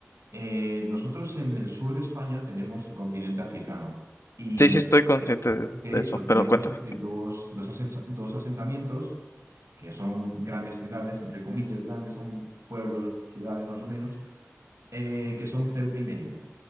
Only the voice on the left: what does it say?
Sí, sí, estoy consciente
de
de
eso,
pero cuéntame.